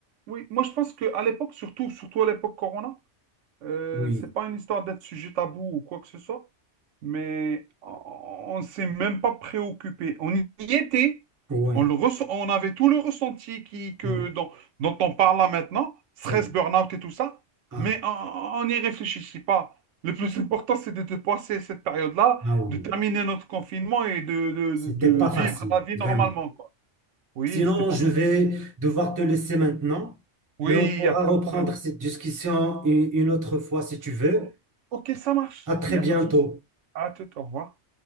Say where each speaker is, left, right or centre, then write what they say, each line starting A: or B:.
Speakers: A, on the right; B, on the right.
A: oui, moi je pense que à l'époque surtout surtout à l'époque Corona Euh,
B: Oui,
A: c'est pas une histoire d'être sujet tabou ou quoi que ce soit, mais on ne s'est même pas préoccupé. On y était,
B: ouais,
A: on, le ress- on avait tout le ressenti qui, que,
B: Bon,
A: dont, dont on parle là maintenant, stress,
B: c'est vrai.
A: burn-out et tout ça,
B: Ah,
A: mais on n'y réfléchissait pas. Le plus important, c'est de, de passer cette période-là,
B: ah oui,
A: de terminer notre confinement et de, de-
B: c'était
A: de- de
B: pas facile,
A: vivre la vie
B: vraiment.
A: normalement, quoi. Oui,
B: Sinon,
A: c'était pas
B: je
A: facile.
B: vais devoir te laisser maintenant,
A: Oui,
B: mais on pourra
A: il n'y a pas
B: reprendre
A: de problème.
B: cette discussion une une autre fois si tu veux.
A: O- Ok, ça marche,
B: À très
A: il n'y
B: bientôt.
A: a pas de souci. À tout, au revoir.